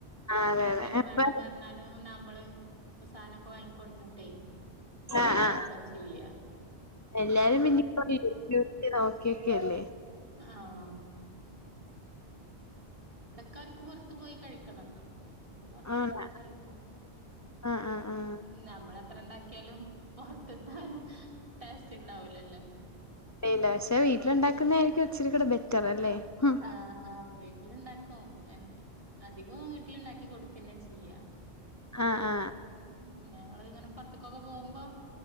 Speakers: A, on the right; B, on the left.
A: മക്കളെന്തേലുംവേണം
B: അതെ അതെ ഇപ്പ
A: പറഞ്ഞാല് നമ്മള് സാധനമൊക്കെ വാങ്ങിക്കൊണ്ടുന്നിട്ടെ ഇവിടെയുണ്ടാക്കാ
B: ആഹ് ആഹ്
A: ചെയ്യ
B: എല്ലാരും ഇനിപ്പോ യൂട്യൂബിലൊക്കെ നോക്കിയൊക്കെയല്ലേ
A: ആഹ് കാർക്ക് പുറത്തുപോയി കഴിക്കണേട്ടോ അപ്പൊ പുറത്തു
B: ആണ്
A: പോയി കഴി
B: ആഹ് ആഹ് ആഹ്
A: ന്നം നമ്മളെത്ര ഉണ്ടാക്കിയാലും പുറത്തുന്ന ടേസ്റ്റുണ്ടാവൂലല്ലോ
B: ഇല്ല പക്ഷേ വീട്ടിലുണ്ടാക്കുന്നതായിരിക്കും ഇച്ചിരികൂടെ ബെറ്റർ അല്ലേ ഉം
A: ആഹ് ആ വീട്ടിലുണ്ടാക്കും എന്ന അത് അധികവും വീട്ടിലുണ്ടാക്കി കൊടുക്കുക തന്നെ ചെയ്യ
B: ആ ആ
A: ഉം ഞങ്ങളിങ്ങനെ പുറത്തേകൊ- ക്കെ പോകുമ്പം